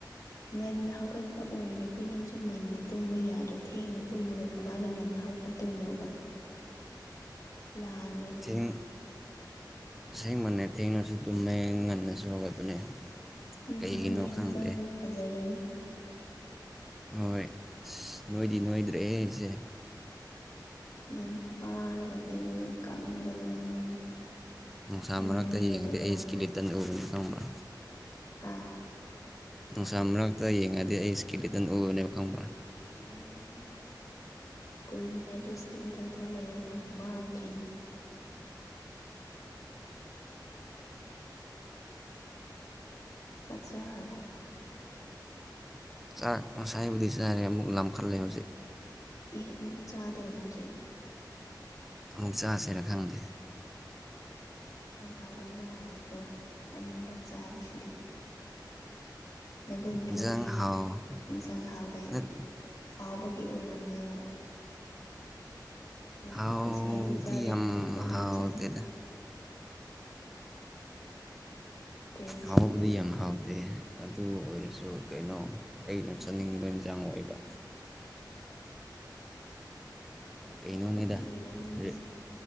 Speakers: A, on the left; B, in the centre.
A: ꯉꯟꯅ ꯍꯧꯒꯠꯄ ꯑꯣꯏꯔꯗꯤ ꯅꯪꯁꯨ ꯉꯟꯅ ꯇꯨꯝꯕ ꯌꯥꯗ‌ꯣ ꯊꯦꯡꯅ ꯇꯨꯝꯃꯒ ꯀꯃꯥꯏꯅ ꯉꯟꯅ ꯍꯧꯒꯠ ꯇꯣꯏꯅꯣꯕ ꯂꯥꯟ
B: ꯊꯦꯡ ꯑꯁꯦꯡꯕꯅꯦ ꯊꯦꯡꯅꯁꯨ ꯇꯨꯝꯃꯦ ꯉꯟꯅꯁꯨ ꯍꯧꯒꯠꯄꯅꯦ
A: ꯎꯝ
B: ꯀꯩꯒꯤꯅꯣ
A: ꯅꯪꯒꯤ
B: ꯈꯪꯗꯦ
A: ꯍꯛꯆꯥꯡꯗꯤ ꯐꯖꯔꯅꯤ
B: ꯍꯣꯏ ꯑꯁ ꯅꯣꯏꯗꯤ ꯅꯣꯏꯗ꯭ꯔ‌ꯦꯍ‌ꯦ ꯑꯩꯁꯦ
A: ꯌꯥꯝ ꯄꯥꯔꯒ ꯀꯩꯅꯣ ꯌꯥꯝ ꯀꯥꯞꯅꯒꯗꯧꯕꯅꯤ ꯅꯪꯅ
B: ꯅꯨꯡꯁꯥ
A: ꯈꯔ
B: ꯃꯔꯛꯇ
A: ꯅꯣꯏꯅꯕ
B: ꯌꯦꯡꯉꯗꯤ ꯑꯩ
A: ꯇꯧꯔꯣ
B: ꯏꯁꯀꯤꯂꯤꯇꯟ ꯎꯕꯅꯤ ꯈꯪꯕ꯭ꯔꯥ
A: ꯑꯥ
B: ꯅꯨꯡꯁꯥ ꯃꯔꯛꯇ ꯌꯦꯡꯉꯗꯤ ꯑꯩ ꯏꯁꯀꯦꯂꯤꯇꯟ ꯎꯕꯅꯦꯕ ꯈꯪꯕ꯭ꯔꯥ
A: ꯑꯣꯏꯔꯝꯅꯤꯅ‌ꯦ ꯀꯨꯏꯅ ꯂꯩꯔ ꯏꯁꯀꯤꯂꯤꯇꯟ ꯐꯥꯎ ꯂꯩꯔꯔ‌ꯣꯏ ꯃꯥꯡꯈꯤꯅꯤ ꯆꯥꯛ ꯆꯔꯕ‌ꯣ
B: ꯆꯥꯛ ꯉꯁꯥꯏꯕꯨꯗꯤ ꯆꯥꯔꯦ ꯑꯃꯨꯛ ꯂꯥꯝꯈꯠꯂꯦ ꯍꯧꯖꯤꯛ
A: ꯑꯦ ꯑꯃꯨꯛ ꯆꯥꯗꯣꯏꯔ ꯍꯧꯖꯤꯛ
B: ꯑꯃꯨꯛ ꯆꯁꯤꯔꯥ ꯈꯪꯗꯦ
A: ꯏꯟꯁꯥꯡ ꯍꯥꯎꯗ‌ꯣꯏ ꯃꯥꯜꯂꯦꯀ‌ꯣ ꯑꯅꯤꯔꯛ ꯆꯥꯔꯤꯁꯤꯗꯤ ꯅꯒꯨꯟ
B: ꯏꯟꯖꯥꯡ
A: ꯈꯪꯉꯦ
B: ꯍꯥꯎ
A: ꯏꯟꯁꯥꯡ ꯍꯥꯎꯗꯩ
B: ꯅꯠ
A: ꯍꯥꯎꯕꯒꯤ ꯑꯣꯏꯔꯝꯅꯦꯕ ꯉꯁꯥꯏꯁꯨ
B: ꯍꯥꯎꯗꯤ
A: ꯆꯥꯔꯦ
B: ꯌꯥꯝ
A: ꯍꯧꯖꯤꯛꯁꯨ ꯑꯃꯨꯛ
B: ꯍꯥꯎ
A: ꯆꯥꯒꯦ
B: ꯇ‌ꯦꯗ
A: ꯀꯩ ꯌꯦꯟꯁꯥꯡꯗꯨꯗꯤ
B: ꯍꯥꯎꯕꯗꯤ ꯌꯥꯝ ꯍꯥꯎ ꯗ‌ꯦ ꯑꯗꯨ ꯑꯣꯏꯔꯁꯨ ꯀꯩꯅꯣ ꯑꯩꯅ ꯆꯥꯅꯤꯡꯕ ꯏꯟꯖꯥꯡ ꯑꯣꯏꯕ ꯀꯩꯅꯣꯅꯤꯗ
A: ꯍꯥꯎꯕꯒꯤ ꯑꯣꯏꯔꯝꯅꯤꯅꯦ
B: ꯔꯦ